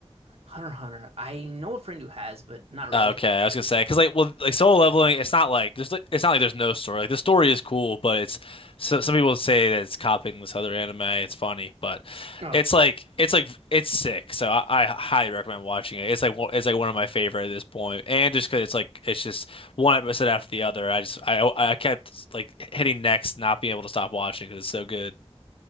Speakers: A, on the right; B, on the left.
A: Hunter x Hunter. I know a friend who has, but not really.
B: Oh, Okay, I was gonna say because like well like solo leveling it's not like there's like it's not like there's no story like the story is cool but it's so some people say that it's copying this other anime it's funny but
A: Oh,
B: it's like it's like it's sick so I, I highly recommend watching it it's like one- it's like one of my favorite at this point and just because it's like it's just one episode after the other I just I I kept like hitting next not being able to stop watching because it's so good